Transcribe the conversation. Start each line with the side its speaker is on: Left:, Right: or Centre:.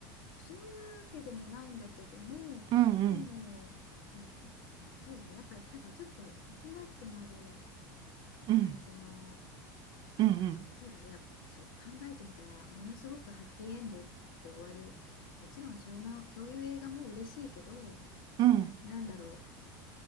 Left: そういうわけでもないんだけども、
Right: うんうん
Left: でも、いや、そ、うん、そうだね。やっぱ、なんかちょっと切なくなる
Right: うん
Left: 感じの、なんか、
Right: うんうん
Left: そうだね。やっぱ、そう、考えてみたら、ものすごくハッピーエンドって終わる。もちろん、それの、そういう映画も嬉しいけど、
Right: うん
Left: なんだろ